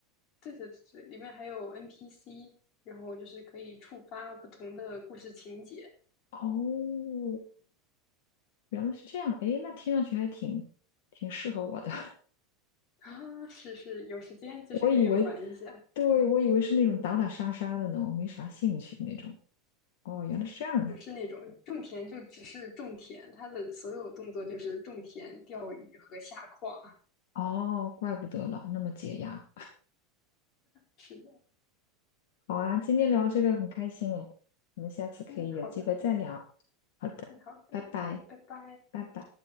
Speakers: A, on the left; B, on the left.
A: 对对对对，里面还有 NPC，然后就是可以触发不同的故事情节
B: 哦，原来是这样，诶，那听上去还挺挺适合我的。
A: 啊，是是，有时间就是可以玩一下，
B: 我以为，对，我以为是那种打打杀杀的呢，我没啥兴趣那种。哦，原来是这样的。
A: 不是那种种田就只是种田，它的所有动作就是种田、钓鱼和下矿啊。
B: 哦，怪不得了，那么解压。
A: 是的，
B: 好啊，今天聊这个很开心诶，我们下次可以有机会再聊。
A: 嗯，好的好的，
B: 好的，
A: 嗯好的，
B: 拜拜，
A: 拜拜。
B: 拜拜。